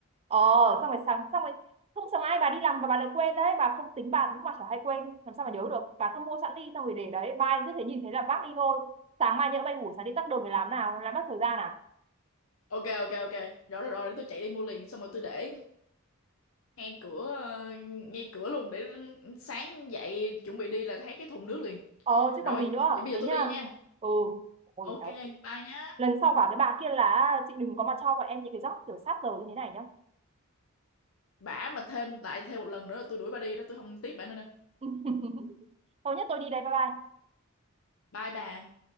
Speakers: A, on the right; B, on the left.
A: ờ xong rồi sáng xong rồi không sáng ai bà đi làm và bà lại quên đấy bà không tính bà cũng mà chả hay quên làm sao mà nhớ được bà cứ mua sẵn đi xong rồi để đấy mai cứ thế nhìn thấy là vác đi thôi sáng mai nhỡ bay ngủ sáng đi tắt đường để làm nào làm mất thời gian à
B: Ok ok ok. Rồi rồi rồi để tôi chạy đi mua liền xong rồi tôi để ngay cửa ờ, ngay cửa luôn để sáng dậy chuẩn bị đi là thấy cái thùng nước liền.
A: ờ chứ
B: Rồi,
A: còn gì nữa
B: vậy bây giờ
A: thế
B: tôi
A: nhá
B: đi nha.
A: ừ ôi
B: Ok,
A: đau
B: bye nhá.
A: lần sau bảo cái bà kia là "À, chị đừng có mà cho bọn em những cái job kiểu sát giờ như thế này nhá
B: Bả mà thêm lại thêm một lần nữa là tôi đuổi bà đi đó, tôi không tiếp bả nữa đâu.
A: <laughs> thôi nhất tôi đi đây bye bye
B: Bye bà.